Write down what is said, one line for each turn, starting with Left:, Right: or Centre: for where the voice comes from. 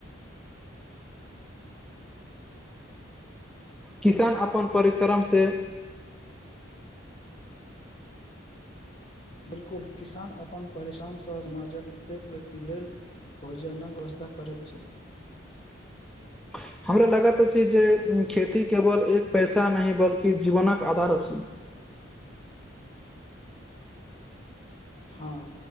Centre: किसान अपन परिश्रमसे
Left: बिल्कुल किसान अपन परिश्रमसं समाजक प्रत्येक व्यक्ति लेल भोजनक व्यवस्था करैत छथि
Centre: <inaudible> हमरा लागत छै जे खेती केवल एक पैसा नहि बल्कि जीवनक आधार अछि <inaudible>
Left: हां